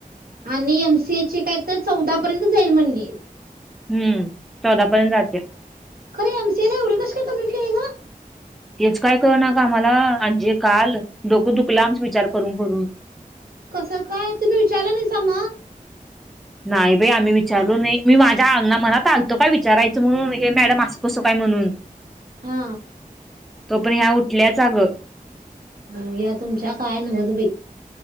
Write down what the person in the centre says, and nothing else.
हम्म चौदा पर्यंत जात्या.
तेच काय कळेना ग आम्हाला आणजे काल डोकं दुखलं आमचा विचार करून करून.
नाही बाई आम्ही विचारलू नाही मी माझ्या अना मनात आलतो काय विचारायचं म्हणून हे मॅडम असं कसं काय म्हणून
तोपर्यंत ह्या उठल्याच अगं.